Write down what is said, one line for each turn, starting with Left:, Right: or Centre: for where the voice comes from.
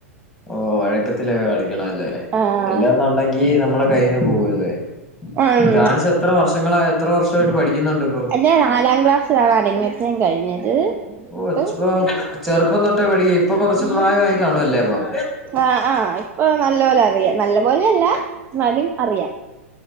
Centre: ഓ വഴക്കത്തിലൊക്കെ കളിക്കണല്ലേ
Right: ആഹ്
Centre: ഇല്ലന്നുണ്ടെങ്കി നമ്മുടെ കയ്യിന്ന് പോവല്ലേ
Right: ഉം
Centre: ഈ ഡാൻസ് എത്ര വർഷങ്ങള എത്ര വർഷായിട്ട് പഠിക്കുന്നുണ്ട് ഇപ്പം
Right: എന്നെ നാലാം ക്ലാസ്സിലാണ് അരങ്ങേറ്റം കഴിഞ്ഞത്
Centre: ഓ
Right: ഇപ്പം
Centre: ഇ <unintelligible> ചെറുപ്പം തൊട്ടേ പടി ഇപ്പൊ കൊറച്ച് പ്രായമായി കാണുവല്ലേ അപ്പം
Right: ആഹ് ആഹ് ഇപ്പൊ നല്ല പോലെ അറിയാം നല്ല പോലെയല്ല എന്നാലും അറിയാം